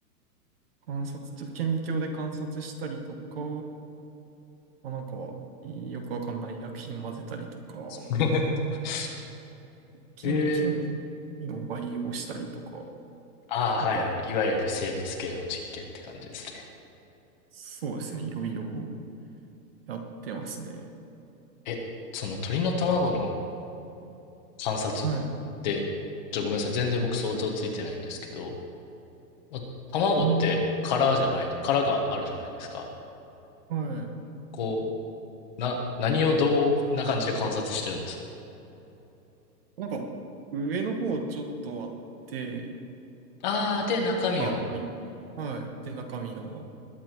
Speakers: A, on the right (about 35°); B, on the left (about 25°).
A: 観察、ちょっと顕微鏡で観察したりとか、まあ、なんか、よくわかんない薬品混ぜたりとか、
B: <laughs>
A: 菌、
B: ええ。
A: 菌菌を培養したりとか、
B: ああ、
A: なんか、
B: はいはい。いわゆる生物系の実験って感じですね。
A: そうですね、いろいろやってますね。
B: え、その鳥の卵の観察って、
A: はい。
B: ちょ、ごめんなさい。全然僕想像ついてないんですけど、ま卵って殻じゃない、
A: あー
B: 殻があるじゃないですか。
A: はい。
B: こう、な、何をどんな感じで観察してるんですか
A: なんか、上の方ちょっとあって、
B: ああー、で、中身を、
A: は、はい。はい。で、中身の、